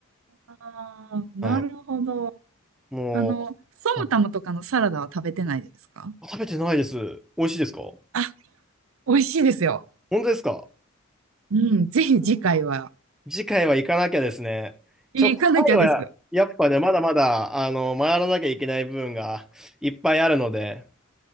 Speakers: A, on the right; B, in the centre.
A: あ、なるほど。
B: はい。もう、
A: あの、ソムタムとかのサラダは食べてないですか
B: はい。食べてないです。美味しいですか本
A: あ、美味しいですよ。
B: 当ですか
A: うん、ぜひ次回は
B: 次回は行かなきゃですね。
A: 行かなきゃです。
B: ちょっとタイはやっぱね、まだまだ、あの、回らなきゃいけない部分がいっぱいあるので、